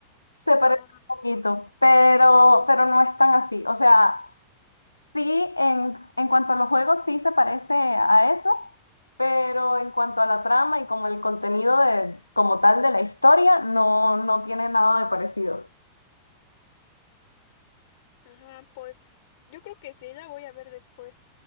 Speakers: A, on the left (about 85°); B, on the left (about 55°).
A: se parece
B: Ajá,
A: un poquito, pero, pero no es tan así. O sea, sí, en, en cuanto a los juegos, sí se parece a eso, pero en cuanto a la trama y como el contenido de, como tal de la historia, no, no tiene nada de parecido.
B: ajá, pues yo creo que sí, la voy a ver después.